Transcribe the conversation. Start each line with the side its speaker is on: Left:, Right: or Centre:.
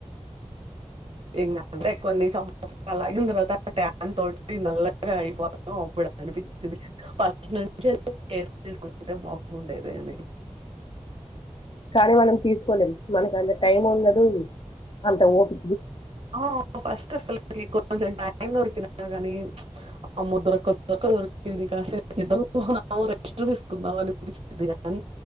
Right: ఇంటే కొన్ని సంవత్సరాలు అలాగిన తర్వాత ట్యాన్ తోటి నల్లగా అయిపోతా అనూ ఇప్పుడు అనిపిస్తుంది పర్సనన్ కే తీసుకుంటే బగుండేది అది
Left: కానీ. మనం తీస్కోలేం మనకందరి. టైం ఉండదు అంత ఓపి.
Right: ఆ ఫస్ట్ అస్సల్కి కో. కొంచెం టైం దొరికినా గాని అమ్మో దొరక్క దొరక్క దొరికింది కాసేప్ నిద్రబోధము రెస్ట్ తీసుకుందాం అనిపించింది. గాని